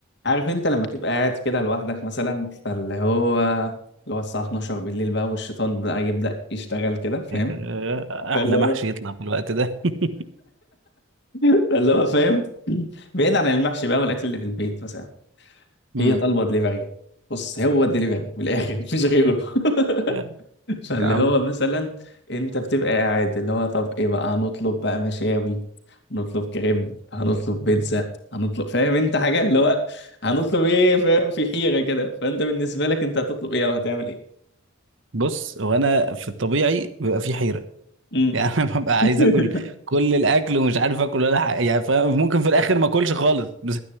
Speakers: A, on the left (about 55°); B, on the right (about 65°).
A: عارف انت لما تبقى قاعد كده لوحدك مثلا فاللي هو اللي هو الساعة 12 بالليل بقى والشيطان بقى يبدأ يشتغل كده فاهم
B: آه، احلى
A: فاللي هو
B: محشي يطلع في الوقت ده <laughs>
A: <laughs> فاللي هو فاهم <clears throat> بعيد عن المحشي بقى والأكل اللي في البيت مثلا
B: مم.
A: هي طالبة دليفري بص هو الدليفري من الآخر مفيش غيره <laughs>
B: يعني
A: <laughs> فاللي
B: يا عم
A: هو مثلا انت بتبقى قاعد اللي هو طب ايه بقى هنطلب بقى مشاوي هنطلب كريم هنطلب بيتزا هنطلب فاهم انت حاجة اللي هو هنطلب ايه فاهم في حيرة كده فانت بالنسبة لك انت هتطلب ايه او هتعمل ايه
B: بص هو انا في الطبيعي بيبقى في حيره
A: امم
B: <laughs> يعني انا ببقى عايز
A: <laughs>
B: اكل كل الاكل ومش عارف اكل ولا حاجه يعني فاهم؟ ممكن في الاخر ما اكلش خالص <laughs> بس